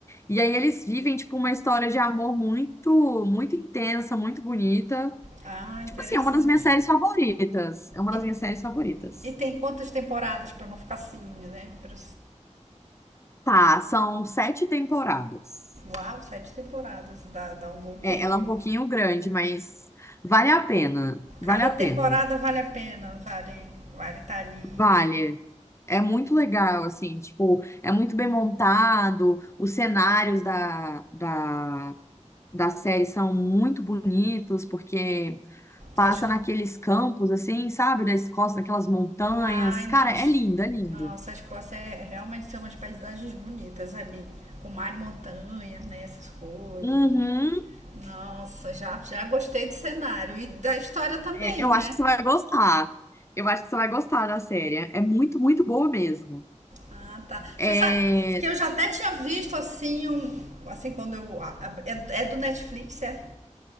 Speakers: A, on the left; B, on the right.
A: e aí eles vivem, tipo, uma história de amor muito, muito intensa, muito bonita.
B: Ah, interessante.
A: Tipo assim, é uma das minhas séries favoritas. É uma
B: E,
A: das minhas séries favoritas.
B: e tem quantas temporadas para não ficar assim, né? Pra-
A: Tá, são sete temporadas.
B: Uau, sete temporadas, dá, dá um bom
A: É,
B: tempo.
A: ela é um pouquinho grande, mas vale a pena. Vale
B: Cada
A: a pena.
B: temporada vale a pena, vale vale estar ali.
A: Vale. É muito legal, assim, tipo, é muito bem montado, os cenários da, da, da série são muito bonitos, porque passa
B: As,
A: naqueles campos, assim, sabe, da Escócia, daquelas montanhas.
B: Ai,
A: Cara,
B: não. as-
A: é lindo, é lindo.
B: Nossa, a Escócia é é, realmente são umas paisagens bonitas ali, com mar e montanha, né? Essas coisas.
A: Uhum.
B: Nossa, já, já gostei do cenário e da história também,
A: É, eu
B: né?
A: acho que você vai gostar. Eu acho que você vai gostar da série. É muito, muito boa mesmo.
B: Ah, tá.
A: É,
B: Você sabe que eu já até tinha visto assim um, assim quando eu a- a- é, é do Netflix, é?